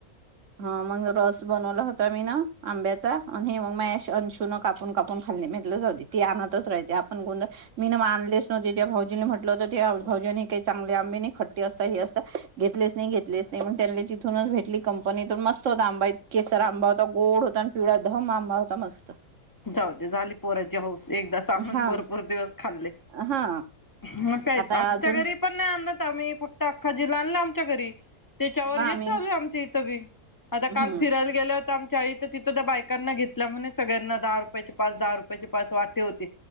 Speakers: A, on the right; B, on the left.
A: हा मग रस बनवला हो मी न आंब्याचा आणि मग म अंशु न कापून कापून खाल् म्हटलेच होती ती आणतच राहते ण गो मी मानलेच नव्हते ज भौजनी म्हटलं होतं ते भजन ही काही चांगले आंबी ह खट्टी अस अस घेतलेच नाही घेतलेच नाही त्यानी तिथूनच भेटली कंपनीतून मस्त होता आंबा केसर आंबा होता गोड होता आणि पिवळ्या दध मामा होता मस्त
B: जाऊते झाली पोराची हौस एकदा स आणून
A: हा
B: भरपूर दिवस खाल्ले
A: हा
B: मग काही
A: आता
B: आमच्या
A: अजून
B: घरी पण नाही आणलत आम्ही फक्त अख्खा जीला आणलं आमच्या घरी त्याच्यावर
A: ना
B: हेच
A: आम्ही
B: चालू आहे आमच इथं बी आता
A: हम्म
B: काल फिरायला गे होत आमच्या आईथ तिथं तर बायकांना घेतल्या म्हण सगळ्यांना दहा रुपयाचे पाच दहा रुपयाचे पाच वाटे होते